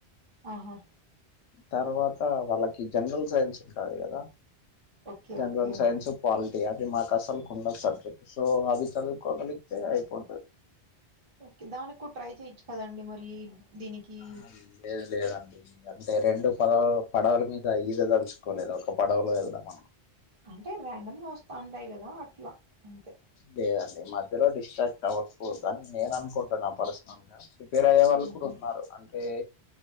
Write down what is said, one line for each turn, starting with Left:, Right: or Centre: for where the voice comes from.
Right: ఆహా
Left: తర్వాత వాళ్ళకి జనరల్ సైన్స్ ఉంటాది కదా
Right: okay
Left: general
Right: okay
Left: science quality అవి మాకు అసలు కుండ సబ్జెక్ట్ సో అవి చదువుకోగలిగితే అయిపోతాది
Right: ఓకే దానికి కూడా ట్రై చేయచ్చు కదండి మరి దీనికి
Left: ఆ లేదు లేదు లేదండి అంటే రెండు పడవులు పడవల మీద ఈద తలుచుకోలేదు ఒక పడవలో వెళ్దామ
Right: అంటే ర్యాండమ్గా వస్తా ఉంటాయి కదా అట్లా అంతే
Left: లేదండి మధ్యలో డిస్ట్రాక్ట్ అవ్వకపోదు అని నేను అనుకుంటున్నా పర్సనల్ గా ప్రిపేర్ అయ్యే వాళ్ళు
Right: మ్మ్.
Left: కూడా ఉన్నారు అంటే